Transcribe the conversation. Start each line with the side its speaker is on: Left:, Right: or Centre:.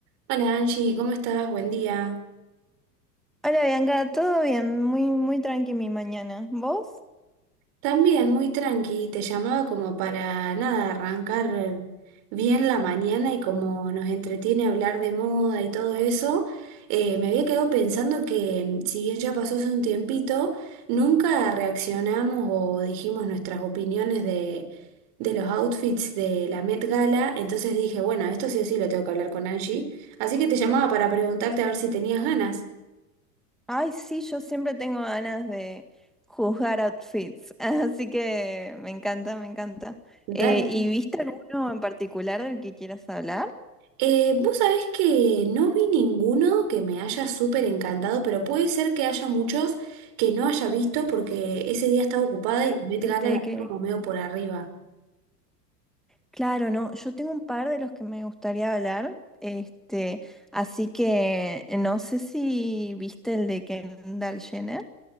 Right: Hola Angie, ¿cómo estás? Buen día.
Centre: Hola Bianca, todo bien, muy, muy tranqui mi mañana. ¿Vos?
Right: También muy tranqui, te llamaba como para nada, arrancar bien la mañana y como nos entretiene hablar de moda y todo eso, eh, me había quedado pensando que si bien ya pasó hace un tiempito, nunca reaccionamos o dijimos nuestras opiniones de, de los outfits de la Met Gala, entonces dije, bueno, esto sí o sí lo tengo que hablar con Angie, así que te llamaba para preguntarte a ver si tenías ganas.
Centre: Ay, sí, yo siempre tengo ganas de juzgar outfits, <laughs> así que me encanta, me encanta.
Right: Dale.
Centre: Eh, ¿y viste alguno en particular del que quieras hablar?
Right: Eh, vos sabés que no vi ninguno que me haya súper encantado, pero puede ser que haya muchos que no haya visto porque ese día estaba ocupada
Centre: Ar-
Right: y la Met
Centre: Este,
Right: Gala la
Centre: que,
Right: vi como medio por arriba.
Centre: claro, no, yo tengo un par de los que me gustaría hablar, este, así que no sé si viste el de Kendall Jenner.